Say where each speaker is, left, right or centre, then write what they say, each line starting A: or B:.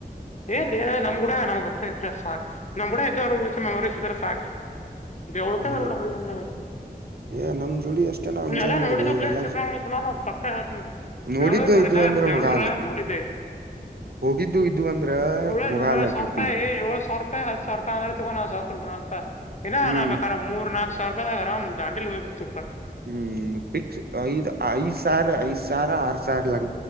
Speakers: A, on the left; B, on the right.
A: ಎಲ್ಲಿ ನಮ್ ಕೂಡ ನಮ್ ಗ ಇದ್ರ ಸಾಕಕ್ ನಮ್ ಕೂಡ ಇದ್ದೋ್ರ ಮೆಮೊರೀಸ್ ಇದಾರೆ ಸಾಕ ಓಳಖದರ
B: ಹ್ಮ್
A: ಹ ಅ
B: ಏ ನಮ್ ಜೋಡಿ ಅಷ್ಟೇ ನಾವ್
A: ನೀ
B: ಎಂಜಾಯ್
A: ಎಲ್ಲ
B: ಮಾಡುದು
A: ನೋಡಿದು
B: ಎಲ್ಲಾರ
A: ಪ ತುಮಾನ ಪಕ್ಕಾು
B: ನೋಡಿದ್ದು
A: ಬೆಂಳೂರು ನೋಲ್ಲಾ
B: ಇದು ಅಂದ್ರ
A: ಬೆಂಳೂರ
B: ಹೋಗಲ್ಲ
A: ನೋಡಿದ್ದೈತ್
B: ಹೋಗಿದ್ದು ಇದು ಅಂದ್ರ
A: ಸಾವ
B: ಹೋಗಲ್ಲ ಟ್ರಿಪಿಗೆ
A: ರೂಪಾಯಿ ಏಳ್ ಸಾವರ ರೂಪಾಯಿ ಹತ್ತು ಸಾವಿರ ರೂಪಾಯಿ ತೊಂಡ ನ ಸಾವರ ರೂಪಾಯ ನಲ್ಪ ಇ ನ
B: ಹ್ಮ್
A: ಬೇಕಾದ ನ ಮೂ ನಾಕಕ್ವರ ರೂಪಾಯ್ದಾಗರ್ ದಂಡಲಿ ಹೋಗ್ ಬಿಡ್ತತಿಪ್ಪ
B: ಹ್ಮ್ ಪಿಕ್ಸ್ ಐದ್ ಐದ್ ಸಾವಿರ ಐದ್ ಸಾವಿರ ಆರ್ ಸಾವಿ ಲಂ